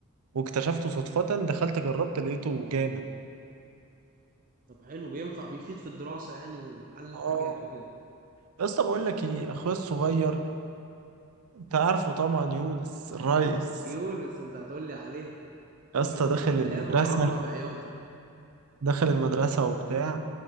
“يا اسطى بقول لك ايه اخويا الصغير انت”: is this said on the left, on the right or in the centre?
Right